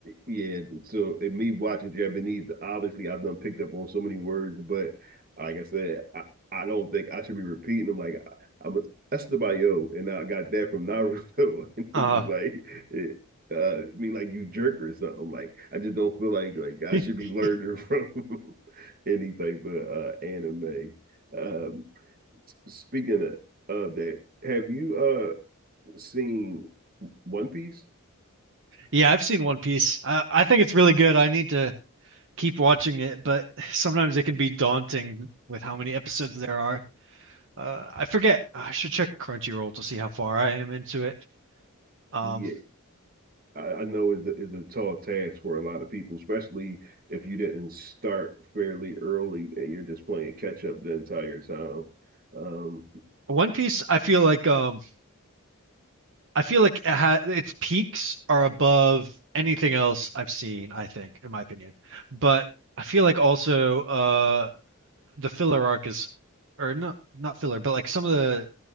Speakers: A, on the right; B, on the right.
A: Yeah, so in me watching Japanese, obviously I've done picked up on so many words, but like I said, I, I don't think I should be repeating them. Like I, I'm Estebayo, and I got that from Naruto, <laughs> and
B: Uh,
A: it's just like it, uh, I mean like you jerk or something. Like I just don't feel like like I
B: <laughs>
A: should be learning from <laughs> any type of uh, anime. Um, s- speaking of, of that, have you uh seen One Piece?
B: yeah, I've seen One Piece. I, I think it's really good. I need to keep watching it, but sometimes it can be daunting with how many episodes there are. Uh, I forget. I should check Crunchyroll to see how far I am into it. Um,
A: Yeah. I, know it's, it's a tall task for a lot of people, especially if you didn't start fairly early and you're just playing catch up the entire time. Um,
B: One Piece, I feel like um, I feel like it ha its peaks are above anything else I've seen, I think, in my opinion. But I feel like also uh the filler arc is, or not not filler, but like some of the